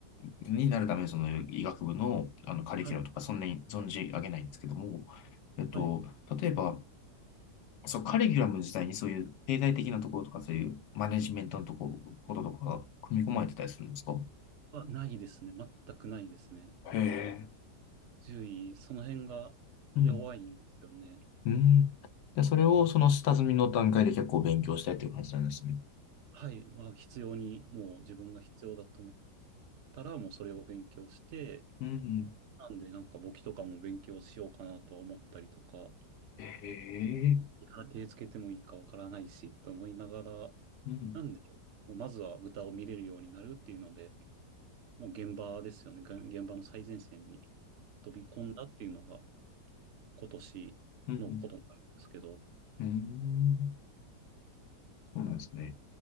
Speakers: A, on the left; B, on the right.
A: になるためにその医学部の、あのカリキュラムとかそんなに存じ上げないんですけども、
B: はい。
A: えっと、
B: はい。
A: 例えば、そう、カリキュラム自体にそういう経済的なところとかそういうマネジメントのとこ、こととかが組み込まれてたりするんですか
B: は、ないですね。全くないですね。
A: へえ。
B: 獣医、その辺が弱いんですよね。
A: うん。うん。で、それをその下積みの段階で結構勉強したいという感じなんですね。
B: にはい。まあ、必要に、もう自分が必要だと思ったら、もうそれを勉強して、
A: うん。
B: なんで、なんか簿記とかも勉強しようかなとは思ったりとか、
A: へえ。
B: から手つけてもいいかわからないし、と思いながら、
A: うん。
B: なんで、もうまずは豚を見れるようになるっていうので、もう現場ですよね。が現場の最前線に飛び込んだっていうのが今年のことになるんですけど、
A: うん。うん。うんそうなんですね。